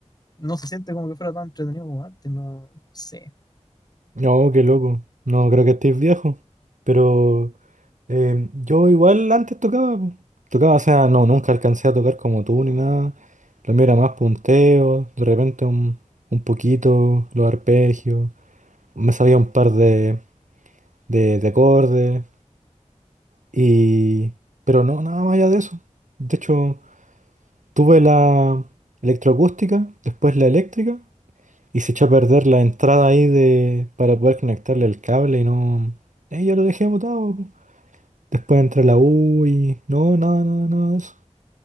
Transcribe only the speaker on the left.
no se siente como que fuera tan entretenido como antes, no, sé.